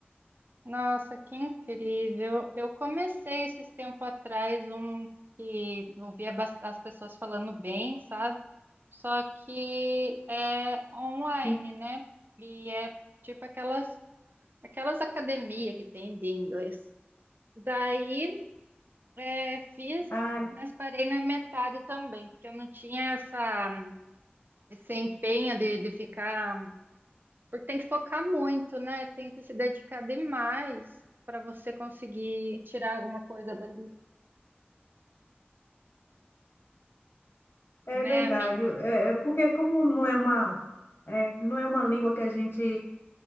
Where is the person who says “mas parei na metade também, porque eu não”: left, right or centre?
Right